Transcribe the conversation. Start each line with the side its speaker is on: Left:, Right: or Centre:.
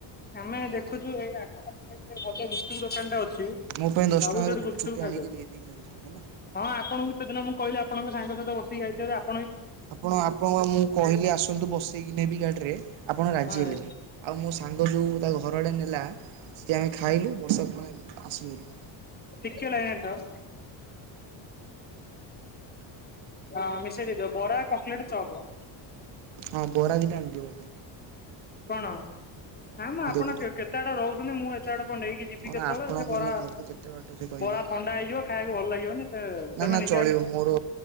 Left: ଆମେ ଦେଖୁଛୁ ଏଇ ଆଖପାଖରେ ଗୋଟେ ଭଲ ଗୁପଚୁପ ଦୋକାନ ଟା ଅଛି।
Right: ମୋ ପାଇଁ ଦଶ
Left: ବାବୁ
Right: ଟଙ୍କାର
Left: ସେଠି
Right: ଗୁପଚୁପଟେ
Left: ଗୁପଚୁପ ଖାଇଦବୁ।
Right: ଆଣିକି ଦେଇଦେଇକି ଘରେ ଯିବେ ହେଲା
Left: ହଁ ଆପଣଙ୍କୁ ସେଦିନ ମୁଁ କହିଲି ଆପଣଙ୍କ ସାଙ୍ଗ ସହିତ ବସିକି ଯାଇଥିବେ ଯେ ଆପ୍
Right: ଆପଣ ଆପଣଙ୍କୁ ବା ମୁଁ କହିଲି ଆସନ୍ତୁ ବସେଇକି ନେବି ଗାଡିରେ ଆପଣ ରାଜି
Left: ହଁ
Right: ହେଲେନି। ଆଉ ମୋ ସାଙ୍ଗ୍ ଗ ଯୋଉ ତା ଘର ଆଡ଼େ ନେଲା ସେଠି ଆମେ ଖାଇଲୁ ବର୍ଷାକ ମାନେ ଆସିଲୁ ବୋଲି।
Left: ଟିକେ ଲାଇନରେ ଥାଅ। ହଁ ମିଶେଇକ ଦେଇ ଦିଅ। ବରା, କଟଲେଟ୍, ଚପ।
Right: ହଁ ବୋରା ଦେଇ ଟ ଆଣି ଦ
Left: କଣ ନା ମା ଆପଣ
Right: ଦିଟା
Left: କେତେ ଆଡେ ରହୁଛନ୍ତି ମୁଁ ଏତେ ଆଡେ କଣ ନେଇକି ଯିବି
Right: କଣ
Left: କେତବେଳେ
Right: ଆପଣଙ୍କ
Left: ସେ ବରା
Right: ମୋ ଘରକୁ କେତେ ବାଟ ଯେ କହିବେ
Left: ବରା ଥଣ୍ଡା ହେଇଯିବ ଖାଇବାକୁ ଭଲ ଲାଗିବନି ସେ। <unintelligible>
Right: ନା ନା ଚଳିବ ମୋର